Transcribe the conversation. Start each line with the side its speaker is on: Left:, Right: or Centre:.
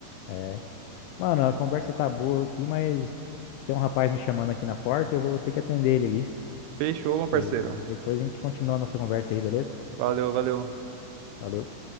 Left: É. Mano, a conversa tá boa aqui, mas tem um rapaz me chamando aqui na porta, eu vou ter que atender ele ali.
Right: Fechou, meu parceiro.
Left: E depois a gente continua a nossa conversa aí, beleza?
Right: Valeu, valeu.
Left: Valeu.